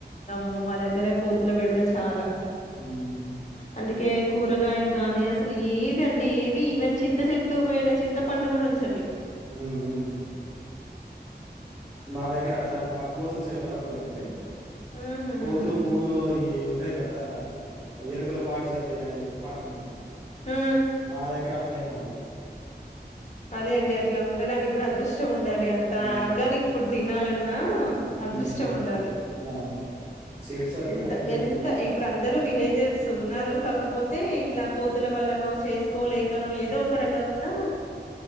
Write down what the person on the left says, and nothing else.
మా మా దగ్గర కోతుల బెడత చాలా
అందుకే కూ కూరగాయలు గానీ అసలు ఏవి అండి ఏవి ఈవెన్ చింత చెట్టు పోయినా చింత పండు కూడా ఉంచ
ఊహూ
ఊ
ఊ ఊ
అదే అండి అట్ల ఉండడానికి కూడా అదృష్టం ఉండ లి అంత
ఆర్గానిక్ ఫుడ్ తినాలన్ నా
అదృష్టం
ఉండాలి
ఇంత
ఎంత ఇప్పుడు అందరు విలేజర్స్ ఉన్నారు కాకపోతే ఇట్లా కో కోతుల వల్లనో చేసుకోలేకనో ఏదో ఒక రకంగా